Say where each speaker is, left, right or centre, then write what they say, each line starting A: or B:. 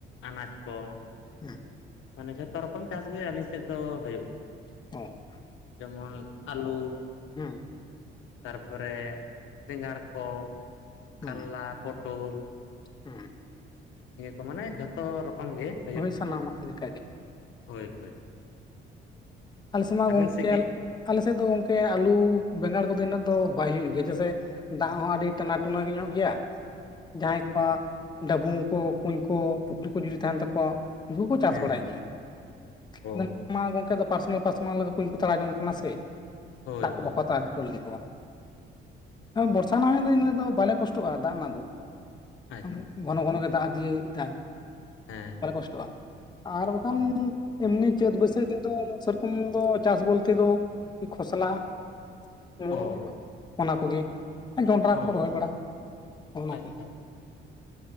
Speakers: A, on the left; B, on the left.
A: ᱟᱱᱟᱡᱽ ᱠᱚ ᱾
B: ᱦᱩᱸ
A: ᱢᱟᱱᱮ ᱡᱚᱛᱚ ᱨᱚᱠᱚᱢ ᱪᱟᱥ ᱜᱮ ᱟᱞᱤᱧ ᱥᱮᱫ ᱫᱚ ᱦᱳᱭᱳᱜᱼᱟ ᱾
B: <unintelligible>
A: ᱡᱮᱢᱚᱱ ᱟᱞᱩ
B: ᱦᱩᱸ
A: ᱛᱟᱨᱯᱚᱨᱮ ᱵᱮᱸᱜᱟᱲ ᱠᱚ
B: ᱦᱩᱸ
A: ᱠᱟᱞᱞᱟ ᱯᱚᱴᱳᱞ᱾
B: ᱦᱩᱸ
A: ᱱᱤᱭᱟᱹ ᱠᱚ ᱢᱟᱱᱮ ᱡᱚᱛᱚ ᱨᱚᱠᱚᱢ ᱜᱮ ᱾
B: ᱦᱳᱭ ᱥᱟᱱᱟᱢᱟᱜ ᱞᱮᱠᱟ ᱜᱮ ᱾
A: ᱦᱳᱭ ᱦᱳᱭ᱾
B: ᱟᱞᱮᱥᱮᱫ ᱢᱟ
A: ᱟᱹᱵᱤᱱ
B: ᱜᱚᱝᱠᱮ
A: ᱥᱮᱫ ᱜᱮ
B: ᱟᱞᱮ ᱥᱮᱫ ᱫᱚ ᱜᱚᱝᱠᱮ ᱟᱹᱞᱩ ᱵᱮᱸᱜᱟᱲ ᱠᱚᱫᱚ ᱤᱱᱟᱹᱜ ᱫᱚ ᱵᱟᱭ ᱦᱩᱭᱩᱜ ᱜᱮᱭᱟ ᱡᱮᱭᱥᱮ ᱫᱟᱜ ᱦᱚᱸ ᱟᱹᱰᱤ ᱴᱟᱱᱟᱴᱩᱱᱟᱹ ᱧᱚᱜ ᱜᱮᱭᱟ ᱾ ᱡᱟᱦᱟᱸᱭ
A: ᱚ
B: ᱠᱚᱣᱟᱜ ᱰᱟᱵᱩᱝ ᱠᱚ ᱠᱩᱧ ᱠᱚ ᱯᱩᱠᱷᱨᱤ ᱠᱚ ᱡᱩᱫᱤ ᱛᱟᱦᱮᱸᱱ ᱛᱟᱠᱚᱣᱟ ᱩᱱᱠᱩ ᱠᱚ ᱪᱟᱥ
A: ᱦᱮᱸ
B: ᱵᱟᱲᱟᱭ ᱜᱮᱭᱟ ᱾
A: ᱚ
B: ᱟᱫᱚ ᱢᱟ ᱜᱚᱝᱠᱮ ᱫᱚ ᱯᱟᱨᱥᱚᱱᱟᱞ ᱯᱟᱨᱥᱚᱱᱟᱞ ᱠᱩᱧ ᱠᱚ ᱛᱟᱲᱟ ᱡᱚᱝ ᱠᱟᱱᱟ ᱥᱮ
A: ᱦᱳᱭ
B: ᱫᱟᱜ ᱠᱚ
A: ᱦᱳᱭ
B: ᱵᱟᱠᱚ ᱦᱟᱛᱟᱣ
A: ᱦᱳᱭ
B: ᱚᱪᱚ ᱞᱟᱹᱜᱤᱫᱚᱜᱼᱟ ᱾ ᱵᱚᱨᱥᱟ <unintelligible> ᱫᱚ ᱤᱱᱟᱹ ᱫᱚ ᱵᱟᱞᱮ ᱠᱚᱥᱴᱚᱜᱼᱟ ᱫᱟᱜ ᱨᱮᱱᱟᱜ ᱫᱚ ᱾
A: ᱟᱪᱪᱷᱟ ᱟᱪᱪᱷᱟ
B: ᱜᱷᱚᱱᱚ ᱜᱷᱚᱱᱚᱜᱮ ᱫᱟᱜ ᱫᱤᱭᱮᱫᱟᱭ ᱾
A: ᱦᱮᱸ
B: ᱵᱟᱞᱮ
A: ᱦᱮᱸ
B: ᱠᱚᱥᱴᱚᱜᱼᱟ ᱟᱨ ᱵᱟᱠᱷᱟᱱ
A: ᱚ
B: ᱮᱢᱱᱤ ᱪᱟᱹᱛ ᱵᱟᱹᱭᱥᱟᱹᱠᱷ ᱫᱤᱱ ᱫᱚ ᱥᱮᱨᱚᱠᱚᱢ ᱫᱚ ᱪᱟᱥ ᱵᱚᱞᱛᱮ ᱫᱚ ᱠᱷᱚᱥᱞᱟ ᱾
A: ᱚ
B: ᱚᱱᱟ ᱠᱚᱜᱮ ᱡᱚᱸᱰᱨᱟ
A: ᱚ
B: ᱠᱚ ᱨᱚᱦᱚᱭ ᱵᱟᱲᱟ ᱚᱱᱟ
A: ᱟᱪᱪᱷᱟ ᱟᱪᱪᱷᱟ
B: ᱠᱚ ᱾